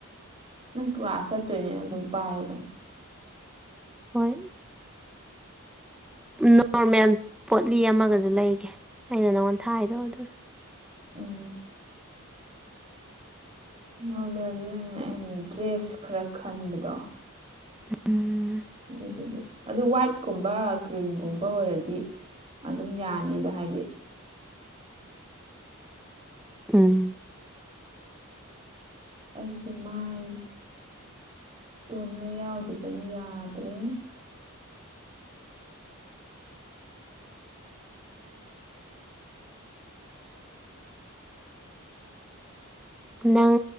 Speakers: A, on the right (about 25°); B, in the centre.
A: ꯅꯪ ꯀ꯭ꯂꯥꯁ ꯆꯠꯇꯣꯏꯅꯦꯅ ꯑꯗꯨꯝ ꯄꯥꯏꯌꯨ ꯀꯩꯅꯣ
B: ꯍꯣꯏ ꯅꯣꯔꯃꯦꯜ ꯄꯣꯠꯂꯤ ꯑꯃꯒꯁꯨ ꯂꯩꯒꯦ ꯑꯩꯅ ꯅꯪꯉꯣꯟ ꯊꯥꯗꯣ ꯑꯗꯨꯅ
A: ꯎꯝ ꯅꯣꯔꯃꯦꯜꯗꯨꯗꯅꯦ ꯑꯩꯅꯅꯦ ꯗ꯭ꯔꯦꯁ ꯈꯔ ꯈꯟꯕꯗꯣ
B: ꯎꯝ
A: ꯑꯗꯨꯗꯤ ꯑꯗꯨ ꯋꯥꯏꯠꯀꯨꯝꯕ ꯀ꯭ꯔꯤꯝꯒꯨꯝꯕ ꯑꯣꯏꯔꯗꯤ ꯑꯗꯨꯝ ꯌꯥꯅꯤꯗ ꯍꯥꯏꯗꯤ
B: ꯎꯝ
A: ꯑꯩꯒꯤ ꯃꯥꯏ ꯀꯣꯟꯅ ꯌꯥꯎꯗꯗꯅ ꯌꯥꯗ꯭ꯔꯦ
B: ꯅꯪ